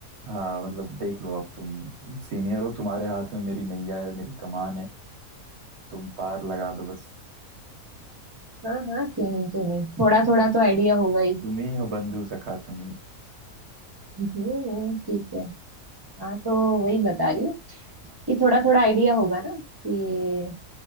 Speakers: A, on the right; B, on the right.
A: हाँ मतलब देख लो आप तुम सीनियर हो तुम्हारे हाथ में मेरी नैया है मेरी कमान है तुम पार लगा दो बस
B: हाँ हाँ क्यों नहीं क्यों नहीं थोड़ा थोड़ा तो आइडिया होगा ही
A: तुम ही हो बंधु सखा तुम ही
B: हम्म, हम्म, हम्म, ठीक है हाँ तो वही बता रही हूँ कि थोड़ा थोड़ा आइडिया होगा ना कि